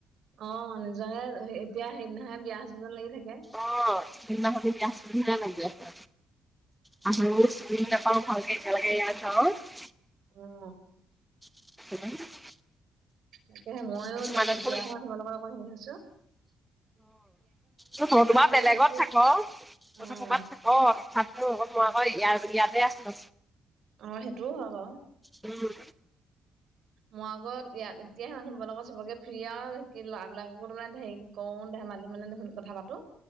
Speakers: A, on the right (about 70°); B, in the centre.
A: অ নিজৰে এতিয়া হেদিনাহে বিয়া হৈছে যেন লাগি থাকে।
B: অঁ সেইদিনাখন বিয়া হৈছে নিচিনাই লাগি আছে। <unintelligible>
A: উম
B: চিনি নাপাওঁ ভালকে এতিয়ালেকে <unintelligible>
A: উম।
B: <unintelligible>
A: তাকেহে ময়ো
B: কিছুমানে
A: তাত এতিয়াহে
B: দেখোন
A: <unintelligible> লগত অকন হেৰি হৈছোঁ।
B: অঁ <unintelligible> বাও
A: ফ্ৰী
B: বেলেগত
A: হৈছো
B: থাক। তহঁতে
A: উম
B: ক'বাত থাক তথাপিও
A: অ
B: মই আক ইয়াৰ ইয়াতে আছিলো।
A: অ সেইটোও হয় বাও।
B: উম।
A: মই আকৌ ইয়াত এতিয়াহে মানুহবোৰৰ লগত চবকে ফ্ৰী আও স কি ল'ৰা বিলাককো তোমাৰ হেৰি কও ধেমালি মানে দেখুন কথা পাতো